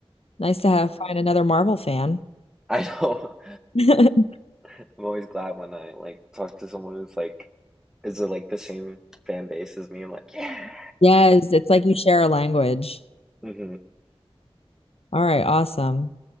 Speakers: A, on the left; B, in the centre.
A: Nice to have find another Marvel fan.
B: I know.
A: <laughs>
B: <laughs> I'm always glad when I like talk to someone who's like is it like the same fan base as me? I'm like, yeah.
A: Yes, it's like you share a language.
B: Mhm.
A: All right, awesome.